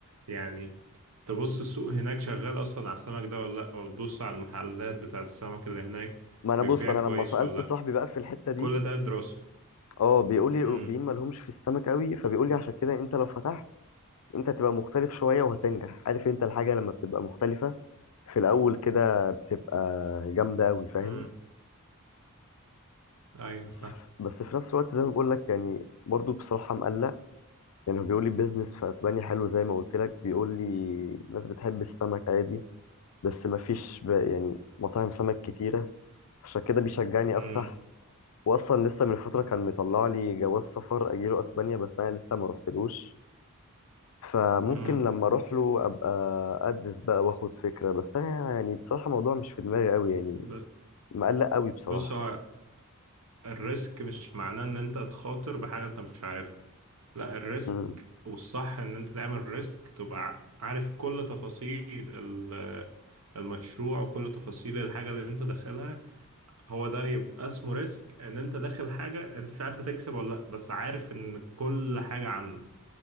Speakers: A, on the right; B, on the left.
A: يعني تبص السوق هناك شغال اصلا على السمك ده ولا لا او تبص على المحلات بتاعت السمك اللي هناك
B: ما انا
A: بتبيع
B: بص انا
A: كويس
B: لما سالت
A: ولا
B: صاحبي
A: لا
B: بقى في الحته دي
A: كل ده دراسة
B: اه بيقول لي الاوروبيين
A: امم
B: ما لهمش في السمك قوي فبيقول لي عشان كده انت لو فتحت انت هتبقى مختلف شويه وهتنجح عارف انت الحاجه لما بتبقى مختلفه في الاول كده بتبقى جامده قوي فاهم
A: امم ايوه
B: بس
A: فاهم
B: في بس في نفس الوقت زي ما بقول لك يعني برضو بصراحه مقلق يعني هو بيقول لي البيزنس في اسبانيا حلو زي ما قلت لك بيقول لي الناس بتحب السمك عادي بس ما فيش ب- يعني مطاعم سمك كتيره عشان كده بيشجعني
A: امم
B: افتح واصلا لسه من فتره كان مطلع لي جواز سفر اجيله اسبانيا بس انا لسه ما رحتلوش فممكن
A: امم
B: لما اروح له ابقى ادرس بقى واخد فكره بس انا يعني بصراحه الموضوع مش في دماغي قوي يعني
A: ب-
B: مقلق قوي بصراحه
A: بص هو الريسك مش معناه ان انت تخاطر بحاجه انت مش عارفها لا الريسك
B: امم
A: والصح ان انت تعمل ريسك تبقى ع- عارف كل تفاصيل ال- المشروع وكل تفاصيل الحاجه اللي انت داخلها هو ده يبقى اسمه ريسك ان انت داخل حاجه انت مش عارف هتكسب ولا لا بس عارف ان كل حاجه عنه